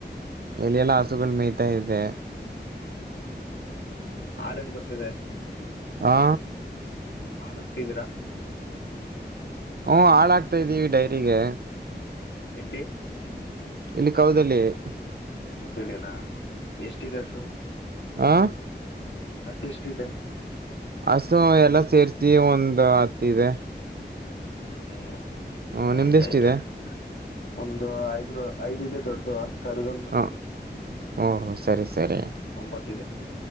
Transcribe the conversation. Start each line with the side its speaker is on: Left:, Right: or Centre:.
Right: ಎಲೆಲ್ಲಾ ಹಸುಗಳು ಮೇಯ್ತಾ ಇದೆ.
Left: ಹ್ಮ ಹಾಳ ಹೆಂಗ ಬರ್ತದೆ.
Right: ಹಾ,
Left: ಹಾಳ್ತಿದ್ದೀರಾ <unintelligible>
Right: ಹ್ಮ್, ಹಾಲಕ್ತಾಇದೀವಿ ಡೈರಿಗೆ.
Left: ಎಲ್ಲಿ
Right: ಇಲ್ಲಿ ಕೌದಲ್ಲಿ <unintelligible>
Left: ಕೌದಲಿನ ಎಷ್ಟಿದೆ ಹಸು
Right: ಆಾ <inaudible>
Left: ಹಸು ಎಷ್ಟಿದೆ?
Right: ಹಸು ಎಲ್ಲಾ ಸೇರ್ಸಿ ಒಂದು ಹತ್ತ ಇದೆ.
Left: ಮತ್ತ
Right: ಹ ನಿಮ್ದೆಷ್ಟಿದೆ
Left: ಆಯ್ತ ಆಯ್ತಾ <unintelligible> ಒಂದು ಐದ್ ಇದೆ ದೊಡ್ಡ್ದು. ಕರಗಳ ನಾಕಿದೆ
Right: ಹ ಓಹ ಸರಿ ಸರಿ
Left: ಒಂಬತ್ತಿದೆ.